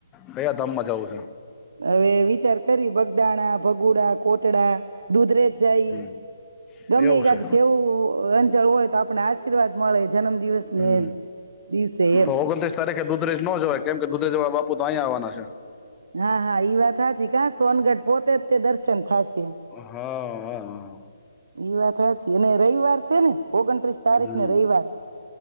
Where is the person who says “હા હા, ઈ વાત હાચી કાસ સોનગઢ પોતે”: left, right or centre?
Right